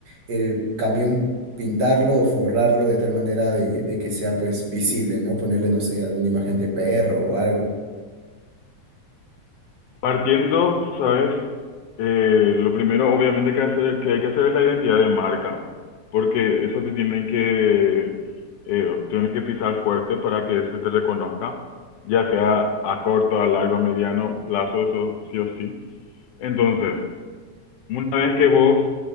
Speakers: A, on the right; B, on the left.
A: el camión, pintarlo o forrarlo de tal manera de, de que sea pues visible, ¿no? Ponerle, no sé, alguna imagen de perro o algo.
B: Partiendo, sabes, Eh, lo primero obviamente que, hacer- que hay que hacer es la identidad de marca, porque eso te tienen que, eh, tienen que pisar fuerte para que se te reconozca, ya sea a corto, a largo, a mediano plazo, eso sí o sí. Entonces, una vez que vos